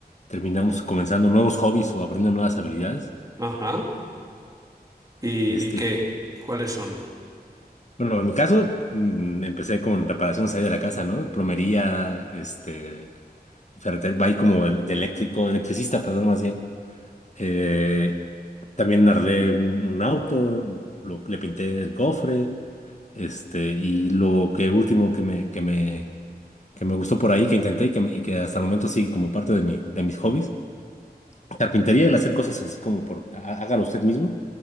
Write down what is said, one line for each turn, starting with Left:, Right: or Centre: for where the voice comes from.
Left: terminamos comenzando nuevos hobbies o aprendiendo nuevas habilidades.
Right: Ajá. ¿Y,
Left: Este,
Right: y qué? ¿Cuáles son?
Left: bueno, en mi caso mm, empecé con reparaciones ahí de la casa, ¿no? Plomería, este, ferretería, va ahí como el- de eléctrico, electricista, perdón, más bien. Eh, también arreglé un, un auto, lo- le pinté el cofre, este, y lo que último que me, que me, que me gustó por ahí, que intenté y que, me- y que hasta el momento sigue como parte de mi, de mis hobbies, carpintería, el hacer cosas así como por, há- hágalo usted mismo,